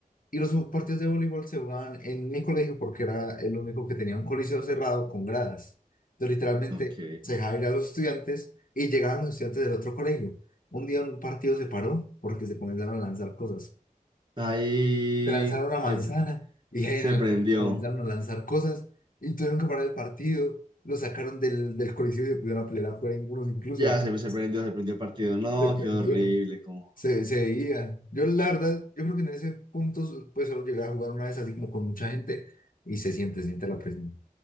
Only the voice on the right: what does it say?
ok.
Ahí
se,
se
prendió.
Ya se, se prendió,
se prendió el partido. No,
qué horrible, como...